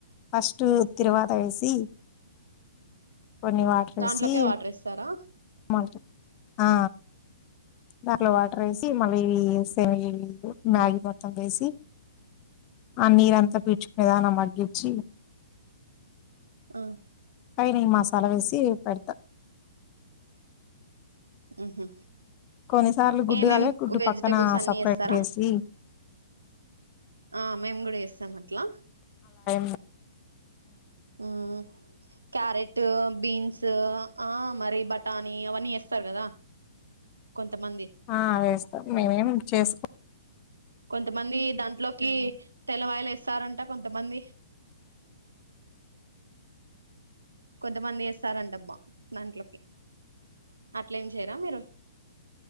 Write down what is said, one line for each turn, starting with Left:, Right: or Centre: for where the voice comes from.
Left: ఫస్ట్ తిరవాత వేసి, కొన్ని వాటర్
Right: దాంట్లోకే
Left: ఏసి.
Right: వాటర్ వేస్తారా
Left: <unintelligible> అ ఆ దాంట్లో వాటర్ ఏసి మళ్ళీ సేమి. <unintelligible> మ్యాగీ మొత్తం వేసి, ఆ నీరంతా పీల్చుకునే దాన మ. గ్గిచ్చి
Right: ఆ
Left: పైనే మాసాలా వేసి పెడతా.
Right: ఉహు
Left: కొన్నిసార్లు గుడ్డు
Right: ఏమేం
Left: కాలే గుడ్డు
Right: కు వెజిటెబుల్స్
Left: పక్కన
Right: అన్ని
Left: సపరేట్
Right: ఎస్సర?
Left: వేసి
Right: ఆ మేము కూడా ఇస్తాం ఏస్సం అట్లా.
Left: అ
Right: ఆ క్యారెట్, బీన్స్ ఆ మరి బటానీ అవన్నీ ఎస్తారు కదా. కొంతమంది
Left: ఆ వేస్తాం మేమేం చేస్.
Right: కొంతమంది దాంట్లోకి తెల్లవాయిలు ఎస్సరంట. కొంతమంది కొంతమంది ఎస్సారంటబ్బా దాంట్లోకి ఆ. ట్లే చేయరా మీరు?